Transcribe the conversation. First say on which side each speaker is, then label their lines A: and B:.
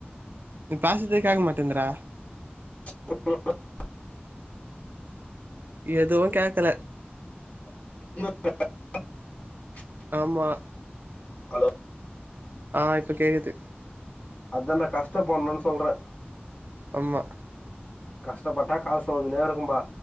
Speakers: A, on the right; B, on the left.
A: நீ பேசறதே கேக்க மாட்டேங்துடா
B: <inaudible>
A: எதுவு கேக்கல
B: <inaudible>
A: அம்மா
B: ஹலோ
A: ஆ இப்ப கேக்குது
B: அதா நா கஷ்டப்படணுன் சொல்ற
A: அம்மா
B: கஷ்டப்பட்டா காசு வந்துனேருக்கும்பா